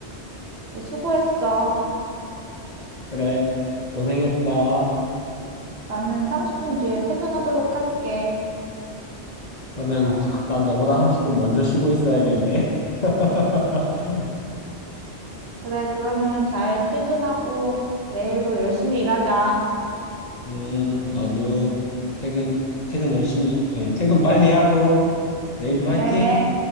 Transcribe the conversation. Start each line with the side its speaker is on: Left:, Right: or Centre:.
Right: 이제 수고했어.
Left: 그래. 고생했어.
Right: 나는 30분 뒤에 퇴근하도록 할게.
Left: 그러면 <laughs> 난 너보다 30분 먼저 쉬고 있어야겠네. <laughs>
Right: 그래, 그러면 잘 퇴근하고 내일도 열심히 일하자.
Left: 음, 너도 퇴근, 퇴근 열심히, 아니, 퇴근 빨리 하고, 내일도
Right: 그래,
Left: 화이팅!